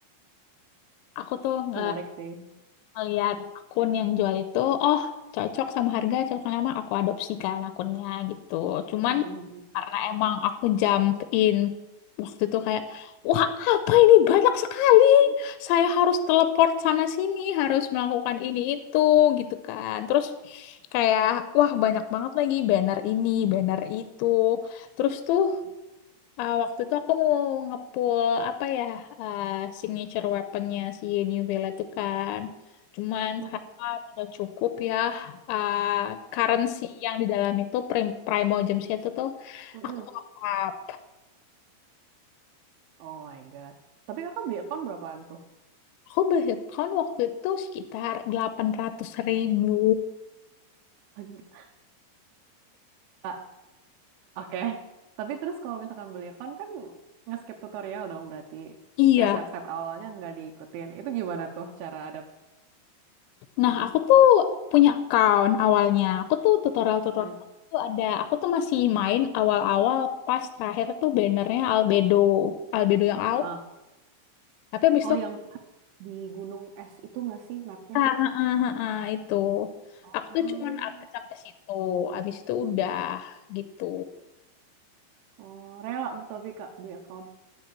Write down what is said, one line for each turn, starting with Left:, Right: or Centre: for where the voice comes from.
Left: Aku tuh nge
Right: Menarik sih.
Left: Melihat akun yang jual itu, oh cocok sama harga, cocok sama aku adopsikan akunnya gitu. Cuman
Right: Mm, mm, mm.
Left: karena emang aku jump in waktu itu kayak, wah apa ini banyak sekali. Saya harus teleport sana sini, harus melakukan ini itu gitu kan. Terus kayak, wah banyak banget lagi banner ini, banner itu. Terus tuh Ah, waktu itu aku mau ngepull apa ya ah, signature weaponnya si New Vela itu kan. Cuman
Right: Mm,
Left: ternyata tidak cukup ya ah, currency yang di dalam itu prim Primo Gems itu tuh
Right: mm,
Left: aku
Right: mm.
Left: top up.
Right: Oh my God. Tapi kakak beli account berapaan tuh?
Left: Aku beli account waktu itu sekitar delapan ratus ribu.
Right: <laughs> Ah, Oke. Tapi terus kalau misalkan beli account kan nge-skip tutorial dong berarti.
Left: Iya.
Right: Kayak step-step awalnya nggak diikutin. Itu gimana tuh cara ada...
Left: Nah, aku tuh punya account awalnya. Aku tuh tutorial-tutorial
Right: Mm.
Left: tuh ada. Aku tuh masih main awal-awal pas terakhir tuh bannernya Albedo. Albedo yang
Right: Ah.
Left: Tapi abis
Right: Oh
Left: itu,
Right: yang pas di Gunung Es itu nggak sih mapnya?
Left: ah, ah, ah, ah, ah, itu.
Right: Oh.
Left: Aku tuh cuman update sampai situ. Abis itu udah gitu.
Right: Oh, rela tuh tapi Kak beli account.